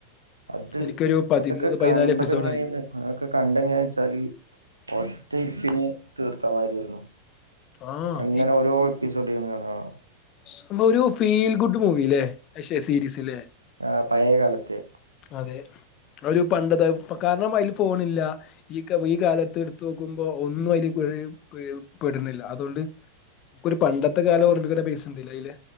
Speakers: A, on the right (about 85°); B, on the left (about 35°).
A: അത്
B: എനിക്കൊരു പതിമൂന്ന്
A: അതൊക്കെ
B: പതിനാല്
A: കണ്ടത്
B: എപ്പിസോഡായി
A: എങ്ങനെയെന്ന് അതൊക്കെ കണ്ടങ്ങാ വെച്ചാല് ഒറ്റയിരിപ്പിന് തീർത്തമാരിയാരുന്നു
B: ആഹ്
A: അങ്ങനെ ഓരോ എപ്പിസോഡ് ഇരുന്ന് കാണ ആഹ്
B: സംഭവം ഒരു ഫീൽ ഗുഡ് മൂവില്ലേ പക്ഷെ സീരീസ്സ്ലേ
A: ആഹ് പഴേ കാലത്തെ
B: അതെ ഒരു പണ്ടത്തെ കാരണം അതില് ഫോണില്ല ഈ കാ ഈ കാലത്ത് എടുത്ത് നോക്കുമ്പോ ഒന്നും അതില് പെ പെ പെടുന്നില്ല അതുകൊണ്ട് ഒരു പണ്ടത്തെ കാലം ഓർമ്മപ്പിക്കേണ്ട പെയ്സ്ഉണ്ട് ല്ലെ അയില്